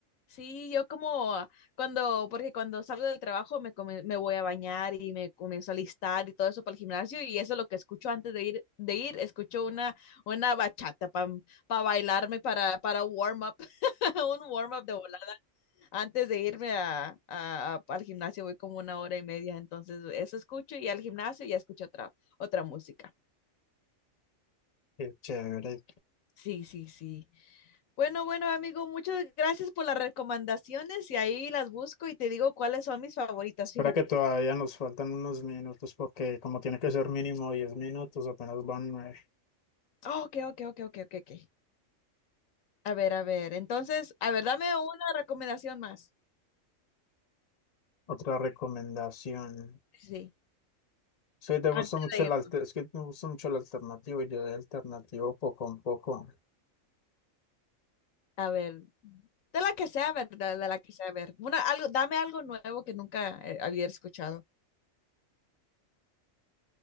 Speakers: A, on the left (about 80°); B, on the left (about 35°).
A: sí, yo como cuando, porque cuando salgo del trabajo me, come- me voy a bañar y me comienzo a listar y todo eso para el gimnasio y eso es lo que escucho antes de ir, de ir, escucho una, una bachata para bailarme, para, para warm up, <laughs> un warm up de volar. Antes de irme a, a- al gimnasio voy como una hora y media, entonces eso escucho y al gimnasio ya escucho otra, otra música.
B: Qué chévere.
A: Sí, sí, sí. Bueno, bueno, amigo, muchas gracias por las recomendaciones y ahí las busco y te digo cuáles son mis favoritas,
B: Espera
A: fíjate.
B: que todavía nos faltan unos minutos porque como tiene que ser mínimo 10 minutos, apenas van nueve.
A: Oh, ok, ok, ok, ok, ok, ok. A ver, a ver, entonces, a ver, dame una recomendación más.
B: Otra recomendación.
A: Sí, sí,
B: Sí, te gusta
A: antes
B: mucho
A: de
B: el
A: irnos.
B: alter- es que me gusta mucho el alternativo y yo de alternativo poco a poco.
A: A ver, de la que sea, ¿verdad? De la que sea, a ver. Una, algo, dame algo nuevo que nunca eh, había escuchado.